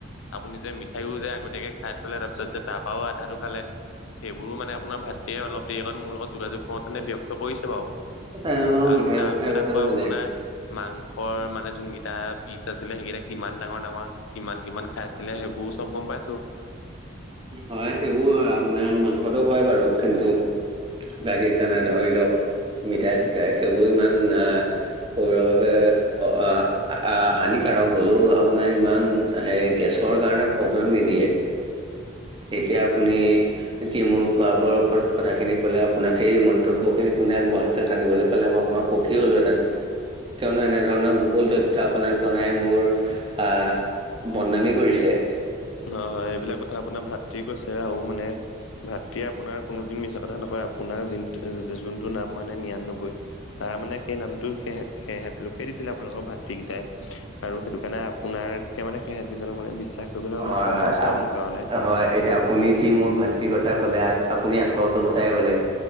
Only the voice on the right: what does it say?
তেনেধৰণৰ
মিঠাই
চিঠাই কথাটো
বেলেগ
হয়, সেইবোৰ আপোনাৰ মাংসটো হয় বাৰু কিন্তু বাকী তেনে ধৰি লওক মিঠাই চিঠাই সেইবোৰ ইমান আ কৰিব বাবে অ' আ আ, হানিকাৰক হ'লেও আপোনাৰ ইমান এ, গেছৰ কাৰণে প্ৰব্লেম নিদিয়ে। এতিয়া আপুনি এতিয়া মোৰ খোৱা বোৱাৰ ওপৰত কথাখিনি ক'লে আপোনাক সেই মন্তব্যখিনি কোনে আগবঢ়াইছে জানিবলৈ পালে মই অকমান সুখী হ'লোহেঁতেন। কিয়নো এনেধৰণৰ বহুল তথ্য আপোনাৰ জনাই মোৰ আ, বদনামী কৰিছে।
হয়
হয়। আ,
হয়। এতিয়া আপুনি যি মোৰ ভাতৃৰ কথা ক'লে, আপুনি আচলটো কথাই ক'লে।